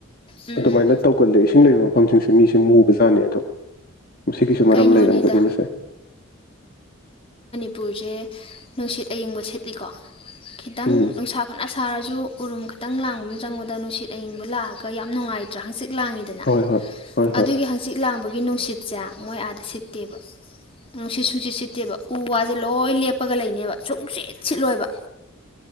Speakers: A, on the left; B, on the left.
A: ꯎꯝ
B: ꯑꯗꯨꯃꯥꯏꯅ ꯇꯧꯒꯜꯂꯦ ꯏꯁꯤꯡ ꯂꯩꯕ ꯃꯐꯝꯁꯤꯡꯁꯦ ꯃꯤꯁꯦ ꯃꯨꯕꯖꯥꯠꯅꯤ ꯑꯗꯣ ꯃꯁꯤꯒꯤꯁꯨ ꯃꯔꯝ
A: ꯀꯩꯅꯣꯅꯤꯗ
B: ꯂꯩꯔꯝꯒꯅꯤ ꯃꯁꯦ
A: ꯇꯄꯨꯔꯁꯦ ꯅꯨꯡꯁꯤꯠ ꯑꯌꯤꯡꯕ ꯁꯦꯠꯂꯤꯀꯣ ꯈꯤꯇꯪ
B: ꯎꯝ
A: ꯑꯐꯠ ꯑꯁꯔꯁꯨ ꯎꯔꯨꯝ ꯈꯛꯇꯪ ꯂꯥꯡꯕ ꯑꯃ ꯆꯪꯕꯗ ꯅꯨꯡꯁꯤꯠ ꯑꯏꯤꯡꯕ ꯂꯥꯛꯑꯒ ꯌꯥꯝ ꯅꯨꯡꯉꯥꯏꯇ ꯠꯇ꯭ꯔ ꯍꯥꯡꯆꯤꯠ ꯂꯥꯡꯉꯤꯗꯅ
B: ꯍꯣꯏ ꯍꯣꯏ ꯍꯣꯏ
A: ꯑꯗꯨꯒꯤ
B: ꯍꯣꯏ
A: ꯍꯥꯡꯆꯤꯠ ꯂꯥꯡꯕꯒꯤ ꯅꯨꯡꯁꯤ ꯁꯤꯠꯁꯦ ꯃꯣꯏ ꯑꯥꯗ ꯁꯤꯠꯇꯦꯕ ꯎꯝ ꯁꯤꯠꯁꯨꯨꯁꯤꯠ ꯁꯤꯠꯇꯦꯕ ꯎ ꯋꯥꯁꯦ ꯂꯣꯏ ꯂꯦꯞꯄꯒ ꯂꯩꯅꯦꯕ ꯁꯨꯡꯁꯤꯠ ꯁꯤꯠꯂꯣꯏꯕ